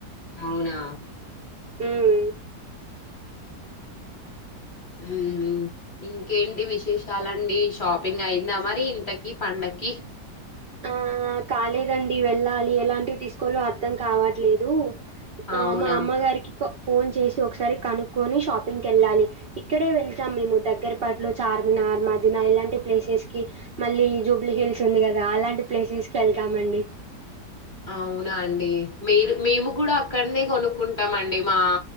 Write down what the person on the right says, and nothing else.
ఊఉ.
ఆ కాలేదండి వెళ్ళాలి ఎలాంటివి తీసుకోలో అర్థం కావట్లేదు. ! ఆ
మా అమ్మగారికి. క్క ఫోన్ చేసి ఒక్సారి కనుక్కొని షాపింకెళ్ళాలి. ఇక్కడే వెళ్తాం మేము దగ్గరపట్లో చార్మినార్, మధీనా ఇలాంటి ప్లేసెస్ కి మళ్ళీ జూబ్లీహిల్స్ ఉంది గదా! అలాం. <inaudible> ప్లేసెస్ కి ఎళ్తామండి.